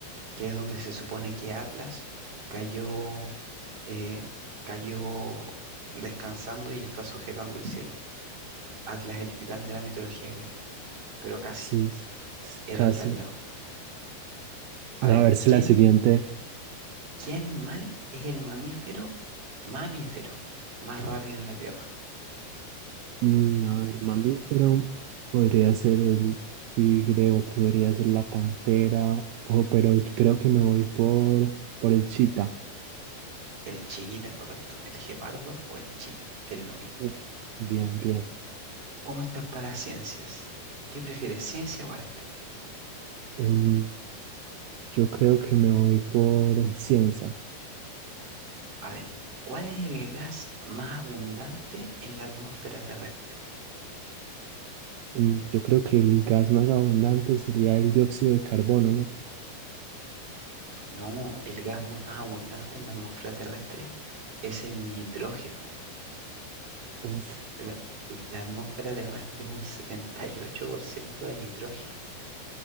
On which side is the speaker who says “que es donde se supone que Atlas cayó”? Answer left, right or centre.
Right